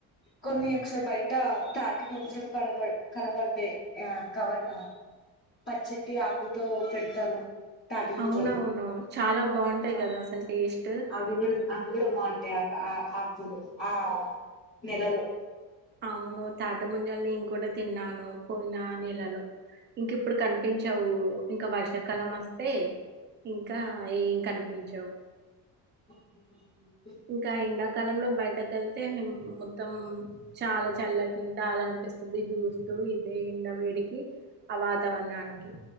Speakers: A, on the left (about 25°); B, on the right (about 30°).
A: కొన్ని ఒకసారి బయట తాటి చ కనవ కనబరదే ఆ కవల్ పచ్చటి ఆకుతో పెడతారు తాటి ముంజలు
B: అవునవును చాలా బాగుంటాయి
A: ఆ
B: కదా అసలు టేస్ట్
A: అవి కూడా అవి కూడా బాగుంటాయి ఆ ఆ అప్పుడు ఆ నెలలో
B: అవును తాటి ముజలు నేను కూడా తిన్నాను పోయిన నెలలో ఇంక ఇప్పుడు కనిపించవు ఇంకా వర్షాకాలం వస్తే ఇంకా ఏం కనిపించవు
A: ఆ
B: ఇంకా ఎండాకాలంలో బయట ఇంతక వెళ్తే మొత్తం చాలా చల్లటి నింతాల అనిపిస్తుంది జూసిస్ లు ఇదే ఉన్న వేడికి ఆ వాతావరణానికి